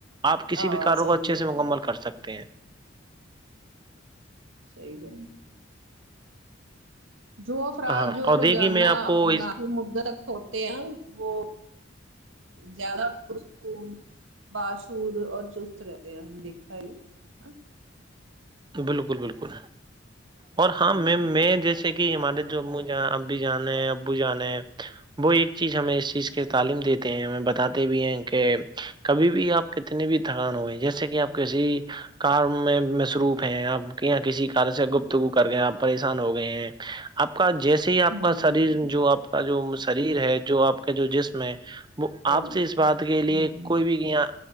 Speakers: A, on the right; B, on the right.
A: آپ کسی
B: ہاں
A: بھی کارو
B: صحیح
A: کو اچھے
B: فرمایا
A: سے مکمل کر سکتے ہیں
B: صحی کروں گ جو افراد
A: ہاں
B: جو
A: اور دیکھیے
B: روزانہ
A: میں آپ کو
B: مناسب
A: اس
B: مدے تک ہوتے ہیں وہ زیادہ پرکون باشور اور چست رہتے ہیں ہم دیکھا یہ ہاں،
A: بالکل بالکل اور
B: ہوں
A: ہاں میں میں جیس کہ ہمارے جو ابو ج اب بھی جانے ہے ابو جانے ہے وہ ایک چیز ہمیں اس چیز کی تعلیم دیتے ہیں ہمیں بتاتے بھی ہیں کہ کبھی بھی آپ کتنی بھی تھکان ہو گئی جیسے کہ آپ کسی کار میں مصروف ہیں آپ یہاں کسی کار سے گپتگو کر گئے ہیں آپ پریشان ہو گئے ہیں آپ کا جیسے ہی آپ
B: ہوں
A: کا شریر جو آپ کا جو شریر ہے جو آپ کا جو جسم ہے وہ
B: صحیح
A: آپ
B: ہے
A: سے اس بات
B: ہوں
A: کے لیے کوئی بھی کیا